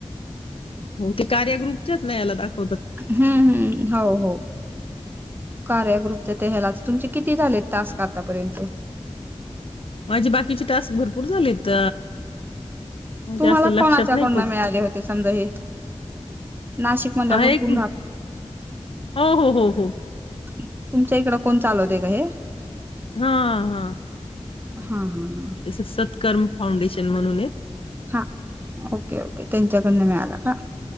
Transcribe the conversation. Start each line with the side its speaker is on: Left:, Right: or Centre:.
Left: हो ते कार्याग्रुपच्याच नाही याला दाखव
Right: हम्म हम्म हो हो कार्याग्रुपच्या त्या हेला तुमचे आता किती झालेत टास्क आता पर्यंत
Left: माझी बाकीचे टास्क भरपूर झालेत. म्हणजे
Right: तुम्हाला
Left: असं लक्षात
Right: कोणाच्या
Left: नाही
Right: कोणला
Left: पण
Right: मिळाले होते समजा हे नाशिक मधल्या
Left: आहे
Right: भरपूर
Left: एक हो हो हो हो
Right: <unintelligible> तुमच्या इकड कोण चालवते का हे?
Left: हा हा
Right: हा हा
Left: ते सत्कर्म फाउंडेशन म्हणून हे
Right: हा ओके ओके त्यांच्याकडन मिळाला का